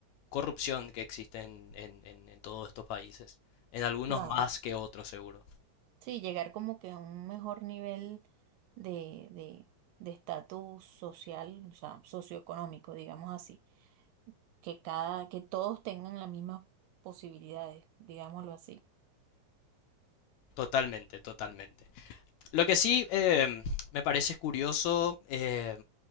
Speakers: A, on the left (about 75°); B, on the right (about 80°).
A: corrupción que existe en, en- en- en todos estos países. En algunos
B: claro.
A: más que otros, seguro.
B: Sí, llegar como que a un mejor nivel de, de, de estatus social, o sea, socioeconómico, digamos así. que cada, que todos tengan las mismas posibilidades, digámoslo así.
A: Totalmente, totalmente. Lo que sí eh, me parece curioso, eh,